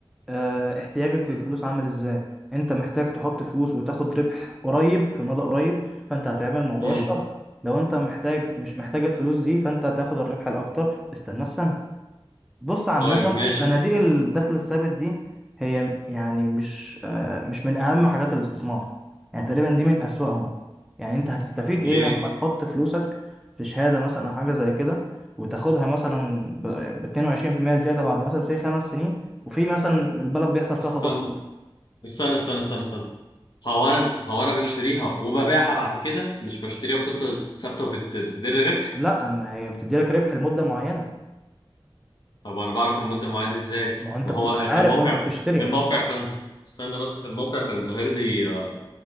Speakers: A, in the centre; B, on the left (about 50°).
A: اه احتياجك للفلوس عامل ازاي انت محتاج تحط فلوس وتاخد ربح قريب في مدى قريب فانت هتعمل موضوع
B: امم
A: الشهر لو انت محتاج مش محتاج الفلوس دي فانت هتاخد الربح الاكتر استنى السنه بص عامة
B: طيب ماشي
A: صناديق الدخل الثابت دي هي يعني مش آه، مش من أهم حاجات الاستثمار يعني تقريبا دي من أسوأهم يعني أنت هتستفيد
B: ليه
A: إيه لما تحط فلوسك في شهادة مثلا أو حاجة زي كده وتاخدها مثلا ب 22% زيادة بعد مثلا سي خمس سنين وفي مثلا البلد بيحصل فيها
B: استنى
A: تضخم
B: استنى استنى استنى استنى هو انا هو انا بشتريها وببيعها بعد كده مش بشتريها بتفضل ثابته وبتدر ربح
A: لا ما هي بتدي لك ربح لمدة معينة
B: طب وانا بعرف المده المعينه دي ازاي
A: ما هو أنت
B: ما
A: بتبقى
B: هو في
A: عارف
B: الموقع
A: وأنت بتشتري
B: في الموقع كان ز... استنى بس في الموقع كان ظاهر لي آه،